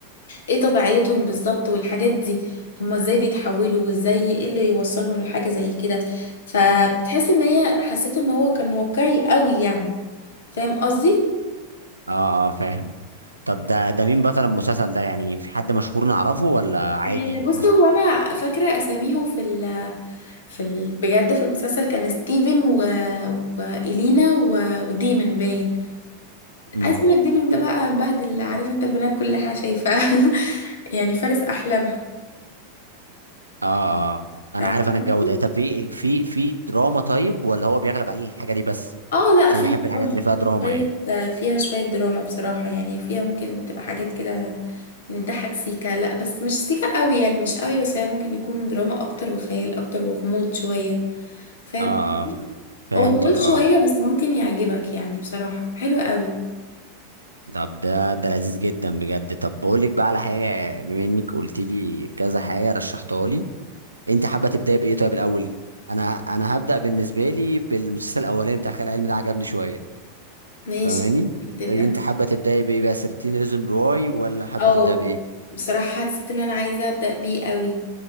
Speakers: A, on the left (about 65°); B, on the right (about 80°).
A: ايه طبيعتهم بالظبط والحاجات دي هما ازاي بيتحولوا وازاي ايه اللي يوصلهم لحاجة زي كده فبتحس ان هي حسيت ان هو كان واقعي قوي يعني فاهم قصدي
B: اه اه فاهم طب ده ده مين بطل المسلسل ده يعني في حد مشهور نعرفه ولا عادي
A: إيه، بص هو انا فاكره اساميهم في ال في ال بجد في المسلسل كان ستيفن و... والينا و... وديمن باين
B: امم
A: عايز اقول لك دي من ده بقى مبهدل عارف انت البنات كلها شايفاه <laughs> يعني فارس احلامها
B: اه اه آه. انا
A: فاهم
B: عارف انا
A: قصدي؟
B: الجو ده طب في في في دراما طيب ولا هو بيغلب عليه الحاجه دي بس
A: اه لا
B: عشان
A: في
B: لا بحب
A: دراما
B: الحاجات اللي فيها
A: في
B: دراما
A: شوية
B: يعني
A: فيها شوية دراما بصراحة يعني فيها ممكن تبقى حاجات كده يعني تضحك سيكا لا بس مش سيكا قوي يعني مش قوي بس هي ممكن يكون دراما اكتر وخيال اكتر وغموض شوية فاهم
B: اه اه ف- فهمتك
A: هو طويل
B: اه
A: شوية بس ممكن يعجبك يعني بصراحة حلو قوي
B: طب ده ده لذيذ جدا بجد طب بقول لك بقى على حاجه بما انك قلت لي كذا حاجه رشحتها لي انت حابه تبداي بايه طيب الاول انا انا هبدا بالنسبه لي بالمسلسل الاولاني بتاع خيال علمي ده عجبني شويه
A: ماشي
B: فاهماني
A: تبدأ
B: يعني انت حابه تبداي بايه بقى 13 ريزون راي ولا حابه
A: اه
B: تبداي بايه
A: بصراحة حسيت ان انا عايزة ابدأ بيه قوي